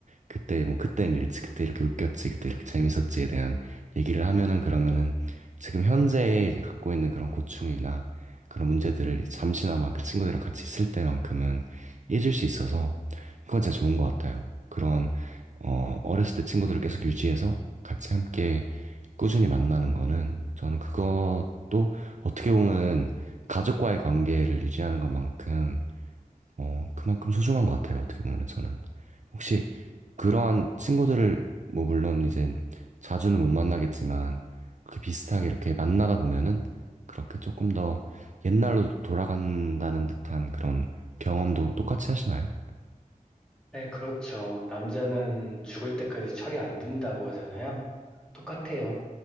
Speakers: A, on the right; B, in the centre.
A: 그때 뭐 그땐 이랬지 그때 이렇게 웃겼지 그때 이렇게 재밌었지에 대한 얘기를 하면은 그러면은 지금 현재 이제 갖고 있는 그런 고충이나 그런 문제들을 잠시나마 그 친구들이랑 같이 있을 때만큼은 잊을 수 있어서 그건 진짜 좋은 것 같아요. 그런 어 어렸을 때 친구들을 계속 유지해서 같이 함께 꾸준히 만나는 거는 저는 그것도 어떻게 보면은 가족과의 관계를 유지하는 것만큼 어 그만큼 소중한 것 같아요. 어떻게 보면은 저는. 혹시 그러한 친구들을 뭐 물론 이제 자주는 못 만나겠지만 그렇게 비슷하게 이렇게 만나다 보면은 그렇게 조금 더 옛날로 돌아간다는 듯한 그런 경험도 똑같이 하시나요?
B: 네, 그렇죠. 남자는 죽을 때까지 철이 안 든다고 하잖아요. 똑같아요.